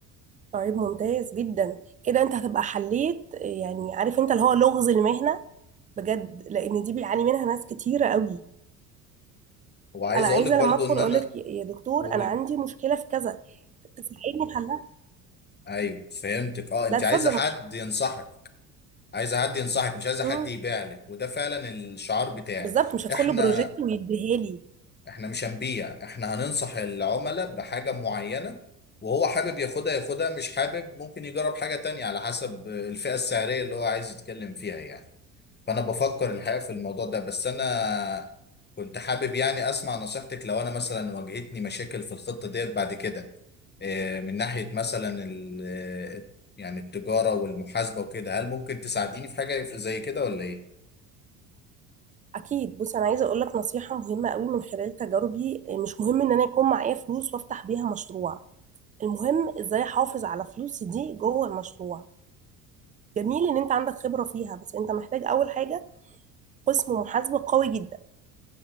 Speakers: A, on the right; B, on the left.
A: طيب ممتاز جدا كده انت هتبقى حليت يعني عارف انت اللي هو لغز المهنه بجد لان دي بيعاني منها ناس كتيره قوي
B: وعايز
A: انا عايزه
B: اقول لك برضو
A: لما ادخل
B: ان
A: اقول
B: انا
A: لك يا يا دكتور
B: اقول
A: انا عندي مشكله في كذا تساعدني في حلها
B: ايوه فهمتك اه انت
A: لا اتفضل
B: عايزه حد ينصحك عايزه حد ينصحك مش عايزه
A: مم.
B: حد يبيع لك وده فعلا الشعار بتاعي
A: بالظبط مش هدخل
B: احنا
A: له بروجكت ويديها لي
B: احنا مش هنبيع احنا هننصح العملاء بحاجة معينة وهو حابب ياخدها ياخدها مش حابب ممكن يجرب حاجة تانية على حسب الفئة السعرية اللي هو عايز يتكلم فيها يعني فأنا بفكر الحقيقة في الموضوع ده بس أنا كنت حابب يعني أسمع نصيحتك لو أنا مثلا واجهتني مشاكل في الخطة ديت بعد كده اه، من ناحية مثلا ال- اه، يعني التجارة والمحاسبة وكده هل ممكن تساعديني في حاجة زي كده ولا إيه؟
A: اكيد بص انا عايزه اقول لك نصيحه مهمه قوي من خلال تجاربي آه، مش مهم ان انا يكون معايا فلوس وافتح بيها مشروع المهم ازاي احافظ على فلوسي دي جوه المشروع جميل ان انت عندك خبره فيها بس انت محتاج اول حاجه قسم محاسبه قوي جدا